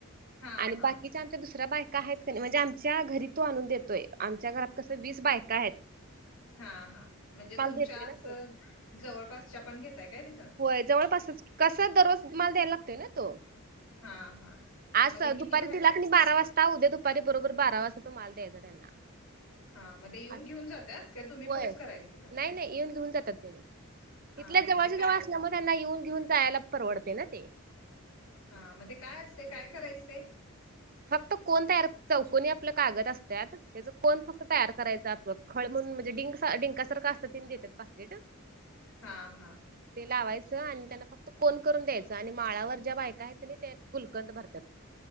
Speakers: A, on the left; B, on the right.
A: हा
B: आणि
A: हा
B: बाकीऽ आमच्या दुसऱ्या बायका आहेत का नाही,, म्हणजे आमच्या घरी तो आणून देतोय,, आमच्या घरात कसं वीस बायका हायतऽ
A: हा, हा, म्हणजे तुमच्या
B: देतोय
A: अस,,
B: ना तो
A: जवळपासच्या पण घेताय काय तिथं?
B: होय जवळपासच कसा दररोज माल द्यायला लागतोय ना तो
A: हा हा
B: आस
A: मग ते किती
B: दुपारी
A: व्हायला
B: दिला क नाही बारा वाज ता उद्या दुपारी बरोबर बारा वाजता तो माल द्यायचा त्यांना
A: हा मग ते येऊन
B: अस-
A: घेऊन जात काय तुम्ही
B: होय
A: पोच करायच तिथं
B: नाही नाही येऊन घेऊन जातात ते
A: हा
B: इथल्याच
A: हा
B: जवळच्या
A: मग ते काय
B: जवळ असल्यामूळ त्यांना येऊन घेऊन जायाला परवडते ना ते
A: हा,, म ते काय असतय? काय करायचं ते?
B: फक्त कोन तयार, चौकनी आपलं कागद असत्यात. त्याच कोन फक्त तयार करायचं, आपलं खळ, म्हणून म्हणजे डिं, डिंकासारखं असतं त्यानी देतात पाकीटऽ
A: हा, हा,
B: ते लावायचं आणि त्यांना फक्त कोन करून द्यायचं,, आणि माळावर ज्या बायका आहेत त्या गुलकंद भरत्यात.